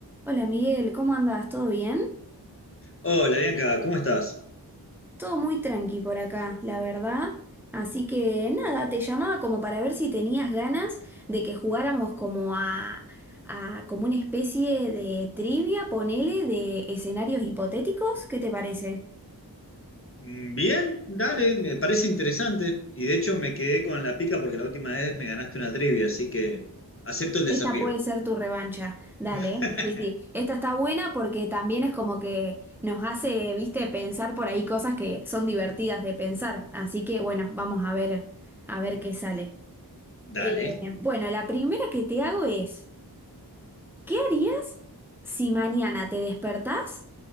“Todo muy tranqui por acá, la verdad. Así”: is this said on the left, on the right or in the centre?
Centre